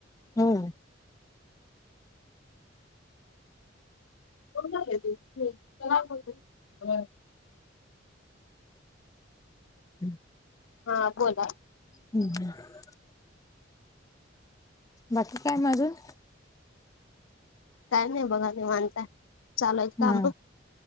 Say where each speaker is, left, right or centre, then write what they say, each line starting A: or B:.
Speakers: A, on the left; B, on the left.
A: हो.
B: कोण त <unintelligible> चला <unintelligible>
A: हम्म.
B: हा बोला.
A: हम्, हम- बाकी काय म आजुन?
B: काय नाही बघा निवांत य चालू आहेत काम.
A: हा